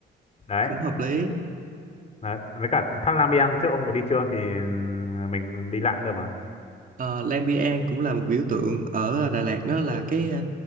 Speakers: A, on the left; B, on the right.
A: đấy,
B: cũng hợp lý
A: đấy. với cả thác Lang Biang trước ông có đi chưa thì ừm, mình đi lại cũng được mà
B: Ờ, Lang Biang cũng là một biểu tượng ở Đà Lạt đó là cái ờ,